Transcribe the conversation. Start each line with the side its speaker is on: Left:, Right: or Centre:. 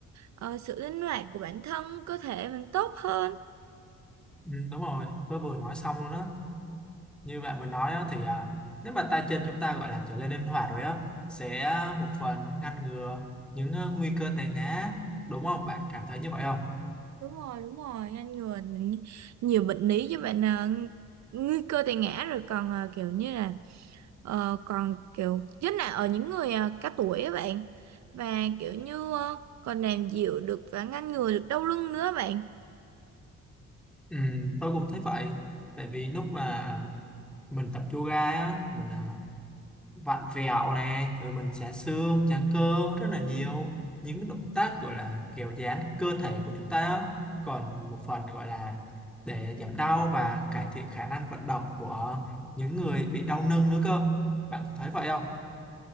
Right: ờ, sự linh hoạt của bản thân, cơ thể mình tốt hơn.
Centre: ừ, đúng rồi tôi vừa nói xong luôn á như bạn vừa nói á, thì à, nếu mà tay chân chúng ta gọi là trở nên linh hoạt rồi á sẽ à, một phần ngăn ngừa những ờ, nguy cơ té ngã đúng không bạn cảm thấy như vậy không
Right: đúng rồi đúng rồi ngăn ngừa nhi- nhiều bệnh lý chứ bạn à, nguy cơ tai ngã rồi còn à, kiểu như là ờ, còn kiểu nhất là ở những người à, cao tuổi á bạn và kiểu như ờ, còn làm dịu được và ngăn ngừa được đau lưng nữa bạn
Centre: ừ, tôi cũng thấy vậy tại vì lúc mà mình tập yoga á mình à, vặn vẹo nè rồi mình giãn xương giãn cơ rất là nhiều những động tác gọi là kiểu giãn cơ thể của chúng ta á. còn một phần gọi là để giảm đau và cải thiện khả năng vận động của những người bị đau lưng nữa cơ bạn có thấy vậy không